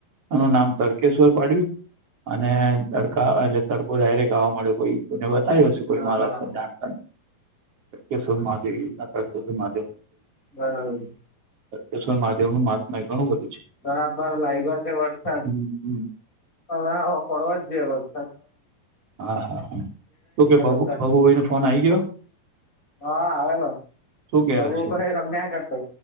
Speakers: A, on the right; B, on the left.
A: એનું નામ તડકેશ્વર પાડ્યું અને તડકા એટલે તડકો ડાયરેક્ટ આવવા ્યો કોઈ કોને બતાવી હશેું કોઈ
B: હા
A: મારા જાણ કેશો માદના કરતો છે માવ
B: હમ
A: કેશ્ર મહાદેવ નું મહાત્મા ઘણું બધું છે
B: બરાબર લાગ્યો છે વરસાદ
A: હમ હમ
B: હવેવે પડવા જ જઈએસ્
A: હા હા હા તો કે બબુભાઈ
B: બધા
A: ન ફોન આ ગયો
B: હા આવેલો
A: શું કરે
B: તોભર
A: છે
B: રમ્યા કરતો